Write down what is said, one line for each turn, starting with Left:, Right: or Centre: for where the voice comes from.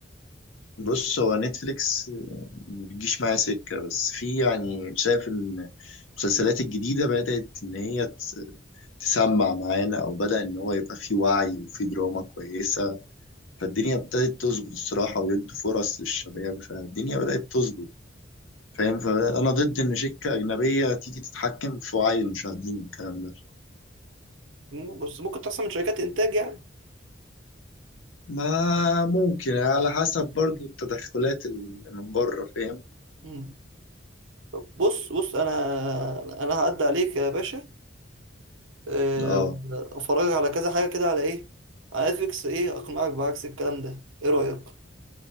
Left: بص هو نتفليكس آه، ما بتجيش معايا سكة بس في يعني شايف ان المسلسلات الجديدة بدأت ان هي ت- تسمع معانا او بدأ ان هو يبقى في وعي وفي دراما كويسة فالدنيا ابتدت تظبط الصراحة ويدوا فرص للشباب فالدنيا بدأت تظبط فاهم فانا ضد ان شركه اجنبيه تيجي تتحكم في وعي المشاهدين والكلام ده
Right: مم. بس ممكن تحصل من شركات انتاج يعني
Left: ما ممكن على حسب برضو التدخلات اللي من بره فاهم
Right: مم. طب بص بص انا انا هعدي عليك يا باشا آه،
Left: اه
Right: افرجك على كذا حاجة كده على ايه على نتفليكس ايه اقنعك بعكس الكلام ده ايه رأيك